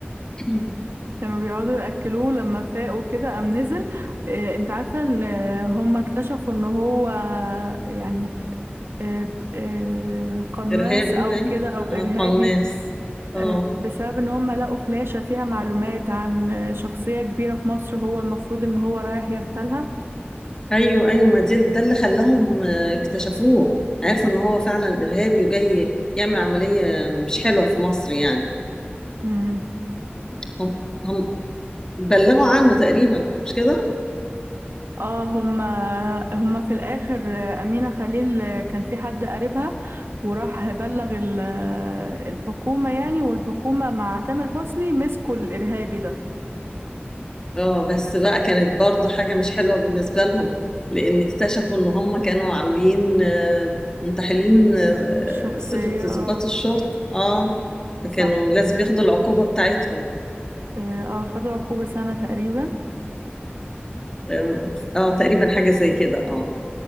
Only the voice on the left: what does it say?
<clears throat>
ارهابي
باين
اه
قناص اه
ايوه ايوه ما دي ده اللي خلاهم آه، اكتشفوه عرفوا ان هو فعلا ارهابي وجاي يعمل عملية مش حلوة في مصر يعني
هم هم بلغوا عنه تقريبا مش كده
اه بس بقى كانت برضو حاجة مش حلوة بالنسبة لهم لأن اكتشفوا إن هم كانوا عاملين آه، منتحلين آه،
صفة ضباط
الشرطة اه فكانوا
لازم ياخدوا العقوبة بتاعتهم
اه آه، تقريبا حاجة زي كده اه